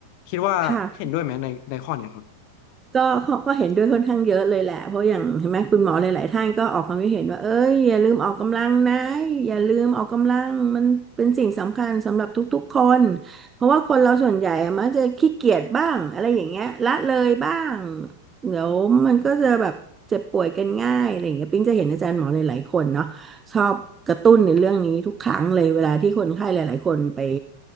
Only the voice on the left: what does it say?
คิดว่าเห็นด้วยไหมในในข้อเนี้ยครับ